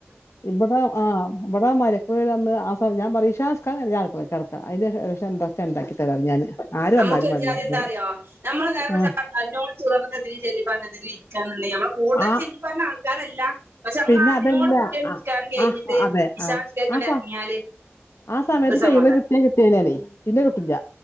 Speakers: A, on the left; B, on the right.
A: ഇബടെ ആ ഇബടെ, മലക്ക് പോയി വന്ന്, ആ ഞൻ പറയും, ഇശാ നിസ്ക്കാരം, കഴിഞ്ഞ ഞാൻ അട്ക്കളക്ക് കടക്കാ അതിന് ശേഷം എന്തേച്ച ഇണ്ടാക്കി തരാ ഞാന് ആര്
B: നമുക്ക്,
A: വന്നാലും
B: ഒര്ജാതി
A: വേണ്ടില്ല
B: എന്താറിയോ
A: ഞാൻ.
B: നമ്മള് നേരെ മറിച്
A: ആ.
B: അത് അതിനോട് ചേർന്ന് എന്തേലും ചെല്ലി പറഞ്ഞ എന്തെിലും ഇരിക്കാേ നമ്മളെ കൂടുതൽ
A: ആ
B: ചി <unintelligible> നിസ്കാരല്ല, പക്ഷെ നമ്മളാ
A: പിന്നെ
B: അതിനോട്
A: അതല്ല.
B: കൂടി ആ നിസ്കാരം, കഴിഞ്ഞിട്ട്
A: ആ അതെ.
B: ഇശാനിസ്‌ക്കരിച്ചിട്ട്
A: ആ. ആ
B: അങ്ങ്
A: സ
B: ഇറങ്ങിയാല്
A: ആ, സമയത്ത്
B: ഒരു
A: ചെയ്യുന്നത്
B: സമാധാനം
A: കൃത്യം <unintelligible> പിന്നെ കിട്ടില്ല.